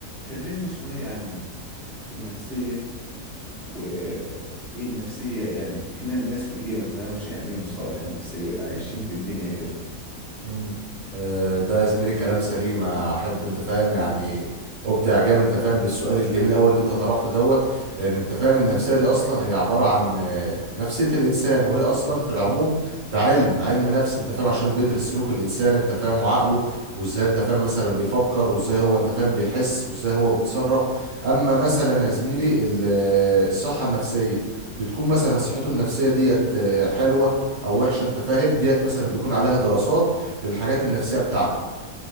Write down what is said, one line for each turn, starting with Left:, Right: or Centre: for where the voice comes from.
Centre: كلمني شوية عن النفسية وإيه النفسية يعني في ناس كتير ما تفهمش يعني إيه مصطلح النفسية ده عايشين في الدنيا كده
Right: مم. آه، ده يا زميلي كلام سليم انا احب انت فاهم يعني ابدع اعجاب انت فاهم بالسؤال الجميل قوي اللي انت طرحته دوت لان انت فاهم النفسيه دي اصلا هي عباره عن آه، نفسيه الانسان وهي اصلا في العموم ده علم علم نفس انت فاهم عشان بيدرس سلوك الانسان انت فاهم وعقله وازاي انت فاهم مثلا بيفكر وازاي هو انت فاهم بيحس وازاي هو بيتصرف اما مثلا يا زميلي ال- آه، الصحه النفسيه بتكون مثلا صحته النفسيه ديت آه، حلوه او وحشه انت فاهم ديت مثلا بيكون عليها دراسات للحاجات النفسية بتاعته